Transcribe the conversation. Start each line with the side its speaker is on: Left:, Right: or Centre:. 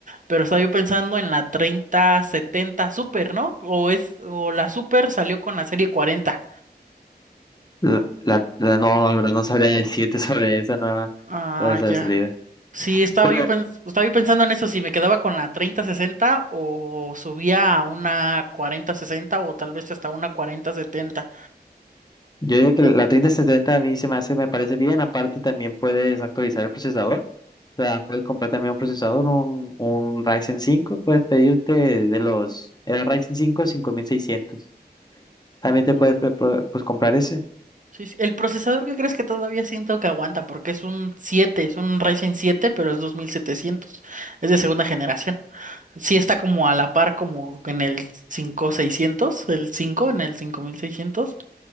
Right: pero estaba yo pensando en la 3070 Super, ¿no? O es, o la Super salió con la serie 40.
Left: La, la- la- no, la verdad no sabría decirte <laughs> sobre esa nueva,
Right: Ah,
Left: sobre esa
Right: ya.
Left: salida.
Right: Sí, estaba
Left: Pero
Right: yo, pens- estaba yo pensando en eso, si me quedaba con la treinta sesenta o subía a una cuarenta sesenta o tal vez hasta una 4070.
Left: Yo digo que
Right: Eh,
Left: la treinta setenta a mí se me hace, me parece bien. Aparte, también puedes actualizar el procesador. O sea, puedes comprar también un procesador, un, un Ryzen cinco Puedes pedirte de los. Era Ryzen cinco cinco mil seiscientos También te
Right: oh,
Left: puedes pe- pro- pues, comprar ese.
Right: Sí, sí. El procesador que crees que todavía siento que aguanta porque es un 7, es un Ryzen siete, pero es 2700, es de segunda generación. Sí está como a la par como en el cinco seiscientos, el 5 en el 5600.